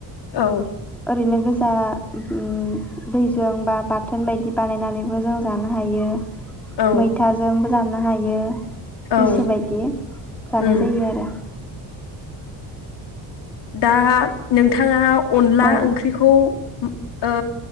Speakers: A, on the left; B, in the centre.
A: औ।
B: ओरैनो गोजा ओम दैजों बा बाथोन बायदि बानायनानैबो जों जानो हायो।
A: औ
B: मैथाजोंबो जानो हायो बियो
A: औ
B: गोसो बायदि जानाय
A: उम
B: जायो आरो
A: दा नोंथाङा अनला
B: औ
A: ओंख्रिखौ ओ